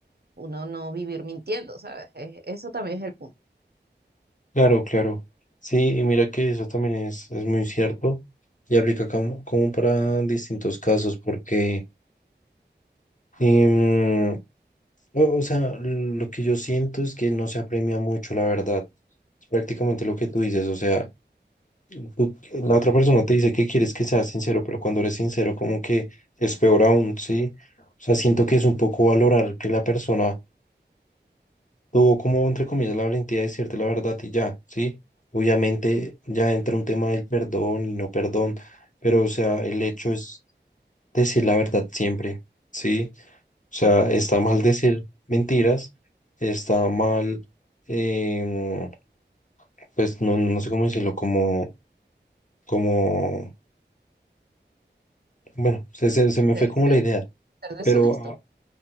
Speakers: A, on the right; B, on the left.
A: uno no vivir mintiendo, ¿sabes? E- Eso también es el punto,
B: Claro, claro. Sí, y mira que eso también es, es muy cierto y aplica como, como para distintos casos, porque, em, o, o sea, lo que yo siento es que no se apremia mucho, la verdad. Es prácticamente lo que tú dices, o sea, tú- la otra persona te dice que quieres que seas sincero, pero cuando eres sincero, como que es peor aún, ¿sí? O sea, siento que es un poco valorar que la persona tuvo como, entre comillas, la valentía de decirte la verdad y ya, ¿sí? Obviamente ya entra un tema del perdón y no perdón, pero o sea, el hecho es decir la verdad siempre, ¿sí? O sea, está mal decir mentiras, está mal, em, pues no, no sé cómo decirlo, como, como, bueno, se, se, se me
A: ser,
B: fue como
A: ser-
B: la idea,
A: ser
B: pero
A: deshonesto.
B: ah,